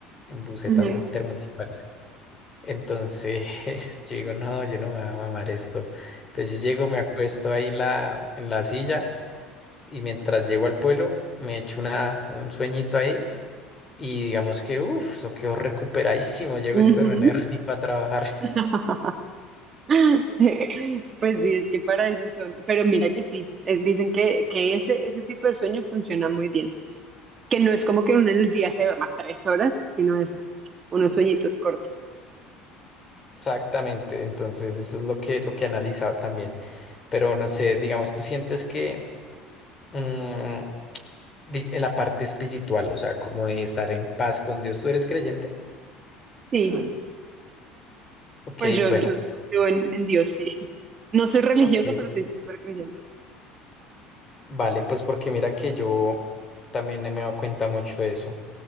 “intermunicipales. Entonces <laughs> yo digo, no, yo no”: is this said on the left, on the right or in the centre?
Left